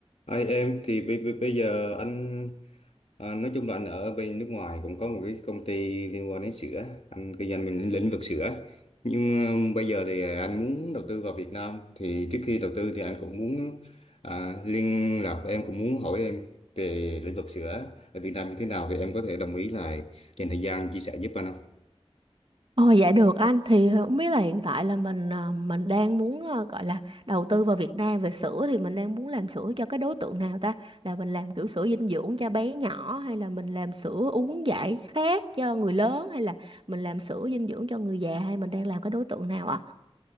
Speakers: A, on the left; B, on the right.
A: Hai em thì bây, bây, bây giờ anh à, nói chung là anh ở bên nước ngoài cũng có một cái công ty liên quan đến sữa anh kinh doanh mình lĩnh vực sữa nhưng à, bây giờ thì à, anh muốn đầu tư vào Việt Nam thì trước khi đầu tư thì anh cũng muốn à, liên lạc với em cũng muốn hỏi em về lĩnh vực sữa ở Việt Nam như thế nào thì em có thể đồng ý là dành thời gian chia sẻ giúp anh không?
B: Ồ dạ được anh thì ờ, không biết là hiện tại là mình ờ, mình đang muốn ờ, gọi là đầu tư vào Việt Nam về sữa thì mình đang muốn làm sữa cho cái đối tượng nào ta? Là mình làm kiểu sữa dinh dưỡng cho bé nhỏ hay là mình làm sữa uống giải khát cho người lớn hay là mình làm sữa dinh dưỡng cho người già hay mình đang làm cái đối tượng nào ạ?